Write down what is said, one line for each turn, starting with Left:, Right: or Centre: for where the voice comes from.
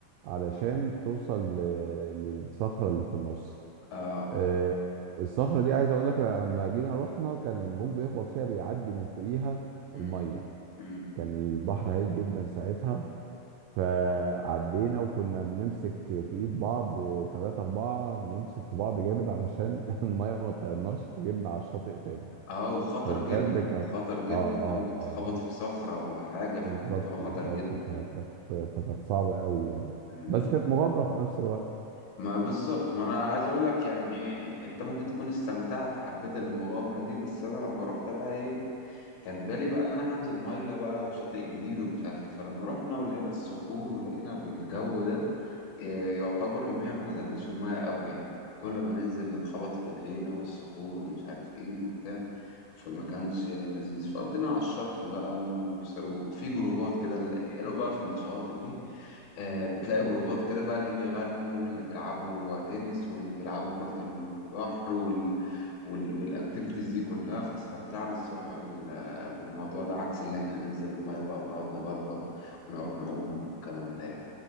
Right: علشان
Left: أمم.
Right: توصل ل- للصخرة اللي في النص
Left: اه
Right: آه، الصخرة دي عايز اقول لك لما جينا رحنا كان الموج بيخبط فيها بيعدي من فوقيها
Left: امم
Right: المية
Left: امم
Right: كان البحر هايج جدا ساعتها فعدينا وكنا بنمسك في ايد بعض آه، تلاتة اربعة نمسك في بعض جامد علشان <laughs> المية ما تطيرناش تجيبنا على الشاطئ تاني
Left: اه وخطر
Right: فبجد
Left: جدا
Right: كانت
Left: خطر جدا
Right: اه
Left: انت
Right: اه
Left: ممكن
Right: اه
Left: تتخبط في صخرة ولا حاجة
Right: بالظبط
Left: فالموضوع خطر
Right: بالظبط
Left: جدا
Right: فكانت فكانت صعبة قوي يعني
Left: أمم.
Right: بس كانت مغامرة في نفس الوقت
Left: ما بالظبط ما انا عايز اقول لك يعني انت ممكن تكون استمتعت حبيت المغامره دي بس انا لما روحت بقى ايه كان بالي بقى اللي انا هنزل ميه بقى وشاطئ جديد ومش عارف ايه فلما رحنا ولقينا الصخور ولقينا الجو ده إيه، يعتبر يوميا ما نزلناش الميه قوي يعني كل ما ننزل نتخبط في رجلينا والصخور ومش عارف ايه وبتاع فما كانش لذيذ فقضينا على الشط بقى وس- وفي جروبات كده الحلو بقى في الشواطئ دي آه، بتلاقي جروبات كده بقى اللي بيغنوا واللي بيلعبوا تنس واللي بيلعبوا كرة البحر وال... وال... والاكتيفيتيز دي كلها فاستمتعنا الصراحة بال... بالموضوع ده عكس اللي احنا ننزل المية بقى ونقعد نبلبط ونقعد نعوم الكلام ده يعني